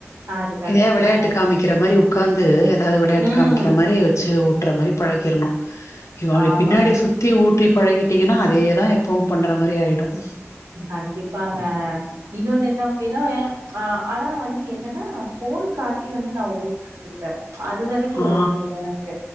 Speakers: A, on the right; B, on the left.
A: அது கரெக்ட்
B: இதையா விளையாட்டு
A: தா
B: காமிக்கிற மாரி உ உட்காந்து எ அதாவது விளையாட்டு
A: ம்
B: காமிக்கிற மாரி வச்சு வுட் வுற்ற மாரி பழக்கிடணும் அய்யோ அப்
A: ஆமாங்க
B: பின்னாடி சுத்தி ஊட் இப்டி பழகிட்டீங்கன்னா அதேதான் எப்வும் பண்ற மாரி ஆயிடும்
A: அ கண்டிப் ப்பாங்க இன்னொன்னு என்ன அப்டின்னாஹ ஆனா வந்து என்ன ன் ந போன் காட்டி வந்து நான் ஊட்டுறதுல அது வரைக்கும்
B: ஆ
A: ஓகே எனக்கு